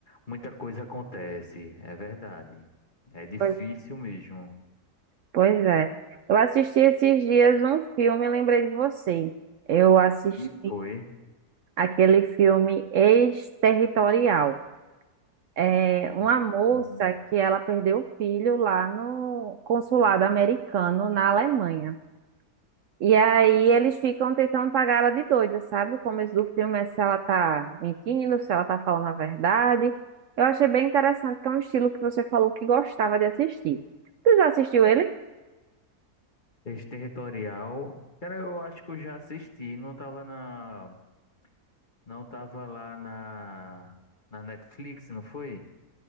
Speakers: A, on the left (about 35°); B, on the right (about 65°).
A: muita coisa acontece, é verdade. É difícil
B: Pois,
A: mesmo.
B: pois é. Eu assisti esses dias um filme e lembrei de você. Eu assisti
A: E foi.
B: aquele filme Exterritorial. É uma
A: Hum,
B: moça que ela perdeu o filho lá no consulado americano na Alemanha. E aí eles ficam tentando pagar ela de doida, sabe? O começo do filme é se ela tá mentindo, se ela tá falando a verdade. Eu achei bem interessante, que é um estilo que você falou que gostava de assistir. Tu já assistiu ele?
A: Exterritorial. Cara, eu acho que eu já assisti, não tava na, não tava lá na, na Netflix, não foi?